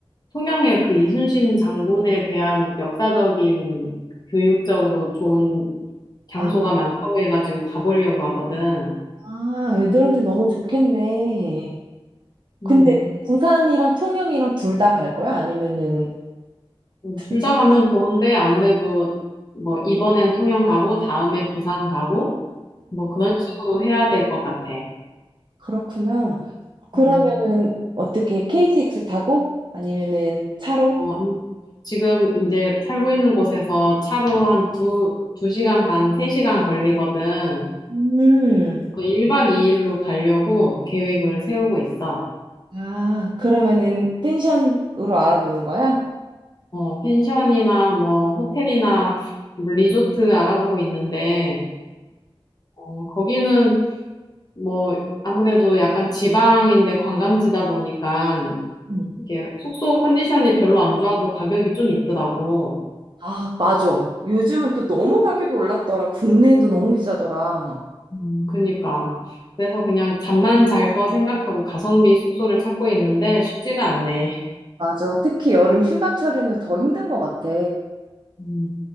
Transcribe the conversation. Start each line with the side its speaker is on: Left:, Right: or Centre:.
Left: 통영의 그 이순신 장군에 대한 역사적인 그 교육적으로 좋은 장소가
Right: 아,
Left: 많다고 해가지고 가보려고 하거든.
Right: 아, 애들한테 너무 좋겠네.
Left: 음.
Right: 근데 부산이랑 통영이랑 둘 다 갈 거야? 아니면은 둘
Left: 둘
Right: 중?
Left: 다 가면 좋은데 아무래도 뭐 이번엔 통영 가고 다음에 부산 가고 뭐 그런 식으로 해야 될 것 같아.
Right: 그렇구나. 그러면은
Left: 음.
Right: 어떻게 KTX 타고 아니면은 차로?
Left: 어, 음, 지금 이제 살고 있는 곳에서 차로 한 두, 두 시간 반, 세 시간 걸리거든.
Right: 음.
Left: 그 일 1박 2일로 가려고 계획을 세우고 있어.
Right: 아, 그러면은 펜션으로 알아보는 거야?
Left: 어, 펜션이나 뭐 호텔이나 뭐 리조트 알아보고 있는데, 어, 거기는 뭐 아무래도 약간 지방인데 관광지다 보니까
Right: 음.
Left: 이게 숙소 컨디션이 별로 안 좋아도 가격이 좀 있더라고.
Right: 아, 맞아. 요즘은 또 너무 가격이 올랐더라. 국내도 너무 비싸더라.
Left: 음, 그니까. 그래서 그냥 잠만 잘 거 생각하고 가성비 숙소를 찾고 있는데 쉽지가 않네.
Right: 맞아. 특히 여름 휴가철에는 더 힘든 것 같아.
Left: 음.